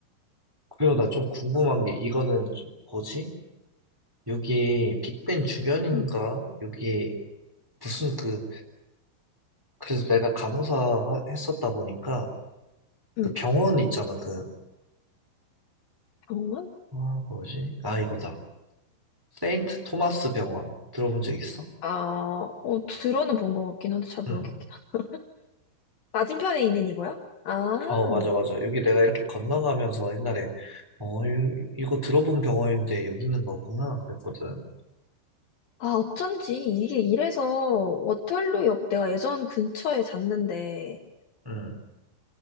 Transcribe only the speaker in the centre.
그리고 나
좀 궁금한 게 이거는 좀 뭐지? 여기 빅벤 주변인가?
여기 무슨 그 그래서 내가 간호사 하- 했었다 보니까
그 병원 있잖아 그
아 뭐지? 아 이거다 세인트 토마스 병원 들어본 적 있어?
응.
어 맞아 맞아 여기 내가 이렇게 건너가면서 옛날에 어 이- 이거 들어본 병원인데 여기 있는 거구나 그랬거든.
응.